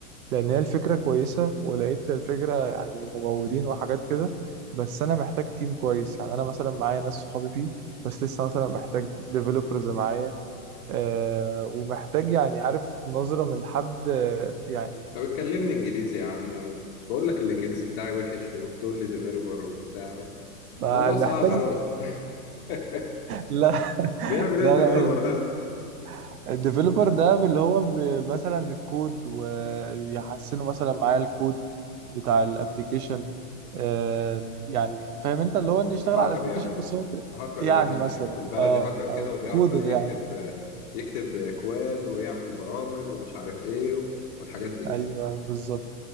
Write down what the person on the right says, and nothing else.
لان هي الفكره كويسه ولقيت الفكره يعني ممولين وحاجات كده بس انا محتاج تيم كويس يعني انا مثلا معايا ناس صحابي فيه بس لسه مثلا محتاج ديفلوبرز معايا آه ومحتاج يعني عارف نظره من حد آه، يعني
ما
محتاج
<laughs>
لا
لا
لا هي دي
الديفلوبر ده اللي هو ب- مثلا الكود ويحسنوا مثلا معاه الكود بتاع الابليكيشن آه يعني فاهم انت اللي هو انه يشتغل
على الابليكيشن
بس هو ب-
يعني
مثلا
اه
او
كودر
يعني
ايوه بالظبط